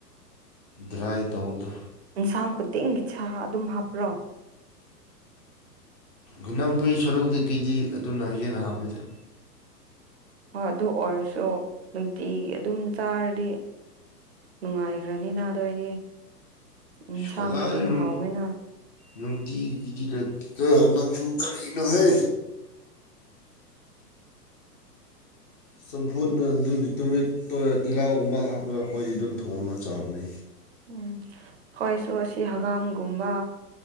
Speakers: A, on the left; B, on the right.
A: ꯗ꯭ꯔꯥꯏ ꯇꯧꯕꯗꯨ
B: ꯏꯟꯁꯥꯡ ꯈꯨꯗꯤꯡꯒꯤ ꯁꯥ ꯑꯗꯨꯝ ꯍꯥꯞꯄ꯭ꯔꯣ
A: ꯒꯅꯥꯝꯄꯨꯏ ꯁꯔꯧꯗꯒꯤꯗꯤ ꯑꯗꯨꯅ ꯍꯦꯟꯅ ꯍꯥꯞꯄꯤꯗ
B: ꯍꯣꯏ ꯑꯗꯨ ꯑꯣꯏꯔꯁꯨ ꯅꯨꯡꯇꯤꯒꯤ ꯑꯗꯨꯝ ꯆꯥꯔꯗꯤ ꯅꯨꯡꯉꯥꯏꯈ꯭ꯔꯅꯤꯅ ꯑꯗꫭꯏꯗꯤ ꯏꯟꯁꯥꯡꯗꯤ
A: ꯀꯗꯥꯏꯗꯩꯅꯣ
B: ꯗꯨꯝ ꯍꯥꯎꯋꯦꯅ
A: ꯅꯨꯡꯇꯤꯒꯤꯗꯤ ꯂꯦꯛꯇꯦꯍ ꯅꯪꯁꯨ ꯀꯔꯤꯅꯣꯍꯦ ꯆꯝꯐꯨꯠꯅ ꯑꯗꯨꯗꯤ ꯇꯨꯃꯤꯠ ꯇꫭ ꯇꯤꯜꯂꯥꯎꯒꯨꯝꯕ ꯍꯥꯞꯄꯒ ꯑꯩꯈꯣꯏꯗꯤ ꯗꯨꯝ ꯊꯣꯡꯉꯒ ꯆꯥꯕꯅꯦ
B: ꯎꯝ ꯍꯣꯏꯁꯨ ꯑꯁꯤ ꯍꯪꯒꯥꯝꯒꯨꯝꯕ